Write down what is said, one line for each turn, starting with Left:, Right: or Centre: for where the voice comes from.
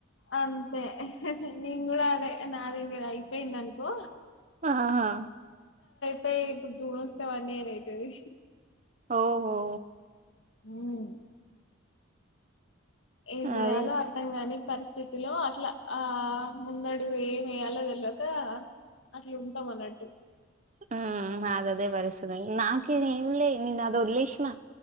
Left: అంతే నిన్ కూడా అదే నాది ఇగ అయిపోయింది అనుకో
Right: ఆహా
Left: తే ఇప్పుడు దువ్వస్తి వాన్ ఇయర్ అయితది
Right: ఓహో
Left: హ్మ్ ఏం చేయాలో
Right: అవి
Left: అర్థం కాని పరిస్థితిలో అట్లా ఆ ముందడుగు ఏమి వేయాలో తేల్వాక అట్లు ఉంటాం అన్నట్టు
Right: హ్మ్ నాది అదే పరిస్థితి నాకు ఆది ఏం లే నేన ఆది వదిలేసిన